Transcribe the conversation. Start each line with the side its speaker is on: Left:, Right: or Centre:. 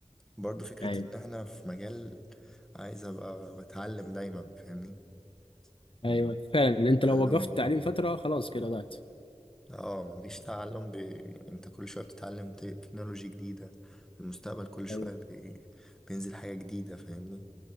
Centre: برضو فكرة
Left: أيوه
Centre: ان احنا في مجال عايز ابقى بتعلم دايما فاهمني مم.
Left: أيوه فعلا اللي أنت
Centre: تعلم
Left: لو وقفت
Centre: ما بي
Left: تعليم فترة خلاص كده ضعت
Centre: اه ما فيش تعلم ب... انت كل شوية بتتعلم تكنولوجي جديدة في المستقبل كل شوية
Left: أيوه
Centre: ب... بينزل حاجة جديدة فاهمني